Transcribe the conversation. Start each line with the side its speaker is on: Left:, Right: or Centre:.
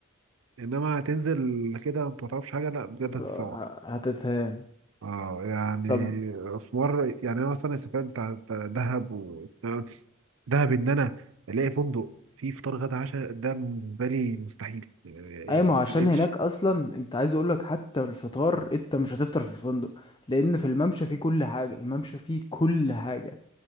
Right: انما تنزل كده انت ما تعرفش حاجه لا بجد
Left: انت
Right: هتتسوح
Left: ه- هتتهان
Right: اه يعني
Left: طب
Right: في مره يعني انا مثلا السفريات بتاع بتاع دهب و... آه، دهب ان انا الاقي فندق فيه فطار غدا عشاء ده بالنسبه لي مستحيل آه،
Left: اي
Right: آه،
Left: ما هو عشان
Right: ما لقيتش
Left: هناك اصلا انت عايز اقولك حتى الفطار انت مش هتفطر في الفندق لان في الممشى فيه كل حاجة الممشى فيه كل حاجة